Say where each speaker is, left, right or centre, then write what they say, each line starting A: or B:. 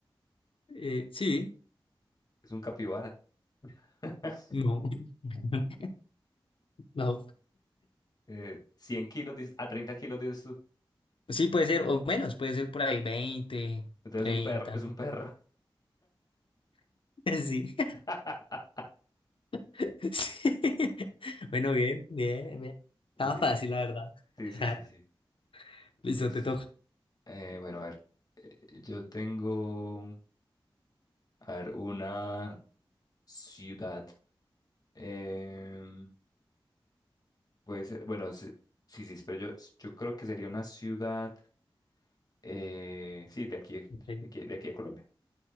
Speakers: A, on the left; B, on the left.
A: Eh, sí,
B: es un capibara. <laughs>
A: no. <laughs> No.
B: Eh, 100 kilos, dices- a 30 kilos dices tú.
A: Sí, puede ser, o menos, puede ser por ahí veinte
B: Entonces
A: treinta
B: es un perro, es un perro.
A: <laughs> Sí,
B: <laughs>
A: <laughs> sí. Bueno, bien, bien, bien. Estaba
B: Liz.
A: fácil, la verdad.
B: Sí, sí,
A: <laughs>
B: sí, sí.
A: Listo,
B: Liz.
A: te toca.
B: Eh, bueno, a ver, eh, yo tengo, a ver, una ciudad. Em, Puede ser, bueno, se- sí, sí, pero yo, yo creo que sería una ciudad, eh, sí, de aquí,
A: Ok.
B: de aquí, de aquí a Colombia.